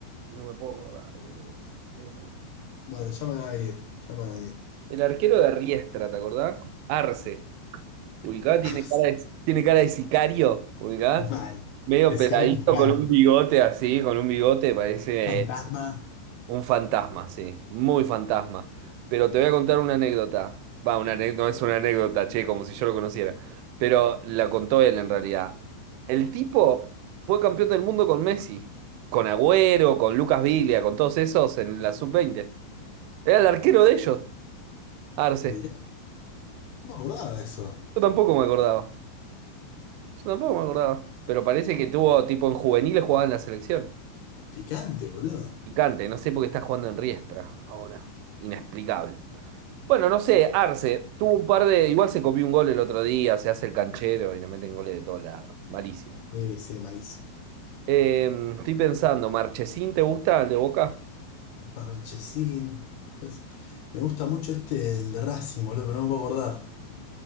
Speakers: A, on the right; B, on the left.
A: No me puedo acordar, boludo. Eh,
B: bueno, ya me va a venir, ya me va a venir.
A: el arquero de Riestra, ¿te acordás? Arce. Ubicá,
B: <laughs>
A: tiene cara de, tiene cara de sicario. Ubicá.
B: Mal.
A: Medio
B: De
A: peladito
B: Sicario Mexicano.
A: con un bigote así, con un bigote, parece.
B: Fantasma.
A: Un fantasma, sí, muy fantasma. Pero te voy a contar una anécdota. Va, una ane- no es una anécdota, che, como si yo lo conociera. Pero la contó él en realidad. El tipo fue campeón del mundo con Messi, con Agüero, con Lucas Viglia, con todos esos en la sub veinte. Era el arquero de ellos, Arce.
B: Mirá, no me acordaba de eso.
A: Yo tampoco me acordaba. Yo tampoco me acordaba. Pero parece que tuvo, tipo, en juveniles jugaba en la selección.
B: Picante, boludo.
A: Picante, no sé por qué está jugando en Riestra ahora. Inexplicable. Bueno, no sé, Arce, tuvo un par de. Igual se copió un gol el otro día, se hace el canchero y le meten goles de todos lados. Malísimo.
B: Sí, sí, malísimo.
A: Eh, estoy pensando, ¿Marchesín te gusta el de Boca?
B: Marchesín. Pues, me gusta mucho este, el de Racing, boludo, pero no me puedo acordar.